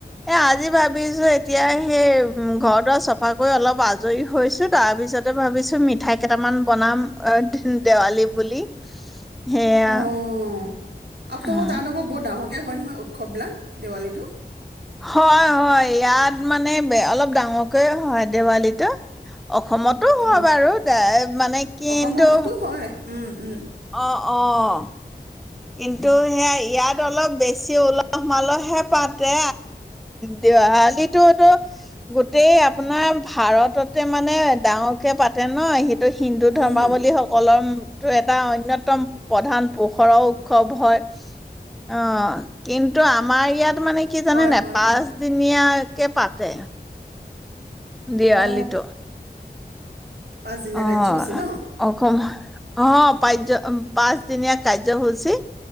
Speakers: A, in the centre; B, on the right.
A: এ আজি ভাব ভাবিছো এতিয়া সেই উম, ঘৰ দোৱাৰ চফা কৰি অলপ আজৰি হৈছো, তাৰ পিছতে ভাবিছো মিঠাই কেইটামান বনাম। অ', দেৱালী বুলি। সেয়া
B: অ', আপোনালোকৰ
A: উম,
B: তাৰ লগত বৰ ডাঙৰকে হয়, নহয় উ উৎসৱবিলাক দেৱালীতো
A: হয়, হয় ইয়াত মানে অলপ ডাঙৰকে হয়, দেৱালীটো অসমতো
B: অ
A: হয়, বাৰু দেই মানে কিন্তু
B: অসমতো হয় উম উম।
A: অ', অ'। কিন্তু সেয়া ইয়াত অলপ বেছি উলহ মালহে পাতে দেৱালিতো টো গোটেই আপোনাৰ ভাৰততে মানে ডাঙৰকে পাতে ন হি ত হিন্দু ধৰ্মাৱল্মবীসকলৰ
B: উম
A: টো এটা অন্যতম প্ৰধান পোহৰোও উৎসৱ হয়, অ', কিন্তু আমাৰ ইয়াত মানে কি জানে
B: হয়
A: নে নাই
B: হয়
A: পাঁচ
B: হয়
A: দিনীয়া কে পাতে দেৱালীটো
B: অ পাঁচদিনীয়া
A: অ,
B: কাৰ্যসূচী ন
A: অকল অ পাজ্য-পাঁচদিনীয়া কাৰ্যসূচী